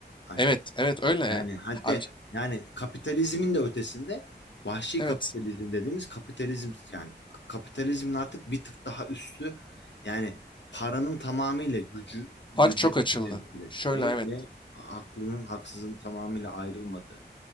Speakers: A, on the left (about 80°); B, on the left (about 25°).
A: Aynen.
B: Evet, evet öyle yani.
A: Yani hatta
B: Abi
A: yani kapitalizmin de ötesinde vahşi
B: evet.
A: kapitalizm dediğimiz kapitalizm yani k- kapitalizmin artık bir tık daha üstü yani paranın tamamıyla gücü gücü
B: Fark çok açıldı.
A: temsil ettiği
B: Şöyle evet.
A: ve aklının haksızın tamamıyla ayrılmadığı.